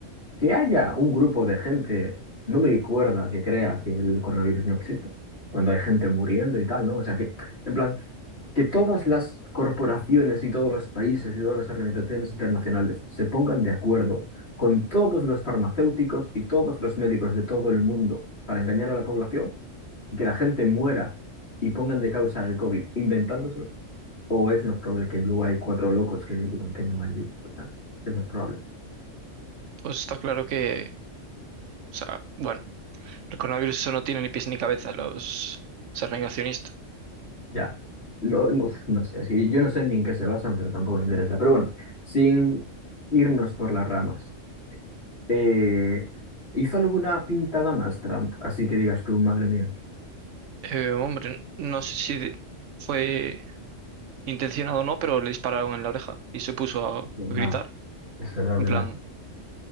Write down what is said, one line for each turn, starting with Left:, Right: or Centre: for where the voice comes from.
Left: Que haya un grupo de gente, no me acuerdo que crea que el coronavirus no existe, cuando hay gente muriendo y tal, ¿no? O sea que, en plan, que todas las corporaciones y todos los países y todas las organizaciones internacionales se pongan de acuerdo con todos los farmacéuticos y todos los médicos de todo el mundo para engañar a la población y que la gente muera y pongan de causa el COVID inventándoselo, o es más probable que luego hay cuatro locos que digan que no hay virus, O Es más probable.
Right: pues está claro que, o sea, bueno, el coronavirus eso no tiene ni pies ni cabeza, los, ser negacionista.
Left: Ya. No, no, <laughs> no sé, sí, yo no sé ni en qué se basan, pero tampoco me interesa. Pero bueno, sin irnos por las ramas, eh, ¿hizo alguna pintada más Trump? Así que digas tú, madre mía.
Right: Eh, hombre, no sé si de- fue intencionado o no, pero le dispararon en la oreja y se puso a, a
Left: Nada,
Right: gritar.
Left: es verdad, es
Right: En
Left: verdad.
Right: plan,